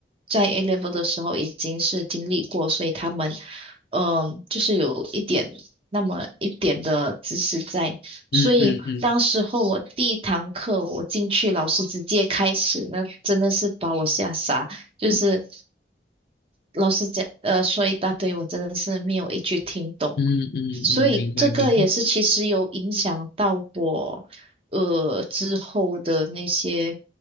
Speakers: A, on the right (about 30°); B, on the left (about 60°).
A: 在 A level 的时候已经是经历过，所以他们嗯、呃就是有一点那么一点的知识在，
B: 嗯嗯嗯
A: 所以当时候我第一堂课我进去，老师直接开始，那真的是把我吓傻。就是老师讲，呃，说一大堆，我真的是没有一句听懂。
B: 嗯嗯嗯，
A: 所以这个也是其实有影响到我，
B: 嗯明白明白。
A: 呃，之后的那些